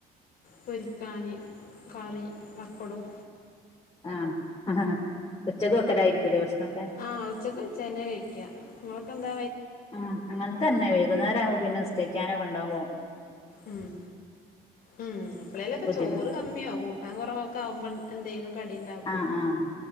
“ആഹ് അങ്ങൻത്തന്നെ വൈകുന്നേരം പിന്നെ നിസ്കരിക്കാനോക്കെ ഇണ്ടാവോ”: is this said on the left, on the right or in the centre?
Left